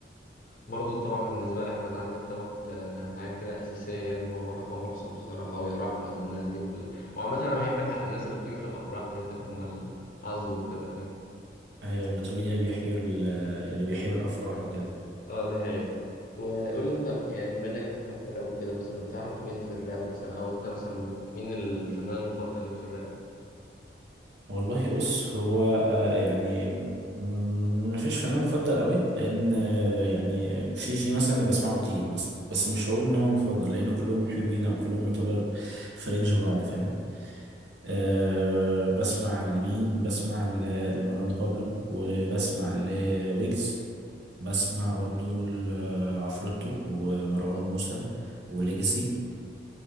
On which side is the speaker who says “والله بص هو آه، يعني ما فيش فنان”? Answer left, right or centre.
Right